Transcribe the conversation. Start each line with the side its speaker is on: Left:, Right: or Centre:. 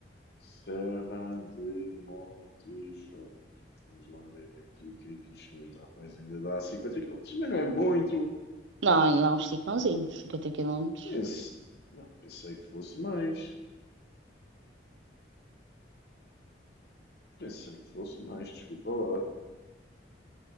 Left: Serra de Montejuntos. Vamos lá ver aqui o que é que isto nos dá. Pois ainda dá 50 quilómetros. Mas não é muito.
Right: Não, ainda é um esticãozinho, 50 km,
Left: Pense- Não, pensei que fosse mais. Pensei que fosse mais, desculpa lá.